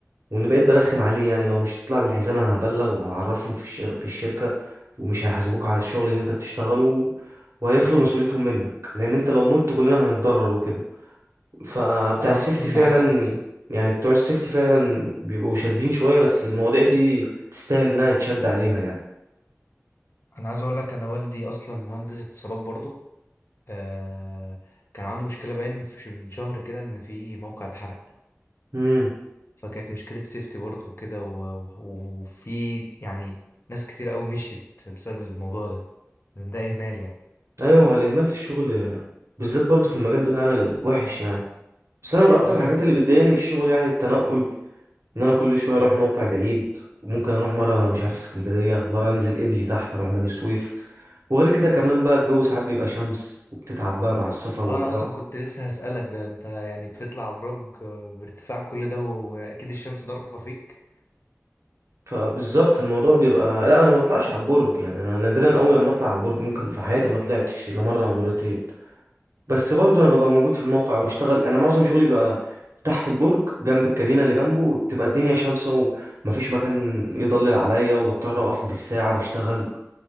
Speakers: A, on the right; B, on the left.
A: وإن بقيت برخم عليه يعني لو مش تطلع بالحزام أنا هبلغ وهعرفهم في الشر... في الشركة ومش هيحاسبوك على الشغل اللي أنت بتشتغله وهيخلوا مسؤوليتهم منك لأن أنت لو مت كلنا هنتضرر وكده فبتاع
B: انا
A: السيفتي
B: اصلا
A: فعلا
B: عايز احكي
A: يعني بتوع السيفتي فعلا بيبقوا شادين شوية بس المواضيع دي تستاهل انها يتشد عليها يعني
B: انا عايز اقول لك انا والدي اصلا مهندس اتصالات برضو آه... كان عنده مشكله باين في ش... من شهر كده ان في موقع اتحرق
A: امم
B: فكانت مشكله سيفتي برضو وكده و... و- وفي يعني ناس كتير قوي مشيت بسبب الموضوع ده لأن ده اهمال يعني
A: ايوه الاهمال في الشغل بالذات برضه في المجال بتاعنا الوحش يعني بس انا من اكتر
B: اه انت
A: الحاجات اللي بتضايقني في الشغل يعني التنقل ان انا كل شوية اروح موقع بعيد وممكن اروح مرة مش عارف اسكندرية مرة انزل قبلي تحت اروح بني سويف وغير كده كمان بقى الجو ساعات بيبقى شمس وبتتعب بقى مع السفر والجو
B: آه، انا اصلا كنت لسه هسألك ده انت يعني بتطلع ابراج آه، بارتفاع كل ده واكيد الشمس ضاربه فيك
A: فبالظبط الموضوع بيبقى لا انا ما بطلعش على البرج يعني انا نادرا اول لما اطلع على البرج ممكن في حياتي ما طلعتش الا مره او مرتين بس برضو انا ببقى موجود في الموقع وبشتغل انا معظم شغلي بيبقى تحت البرج جنب الكابينه اللي جنبه بتبقى الدنيا شمسه ومفيش مكان يضلل عليا وبضطر اقف بالساعه بشتغل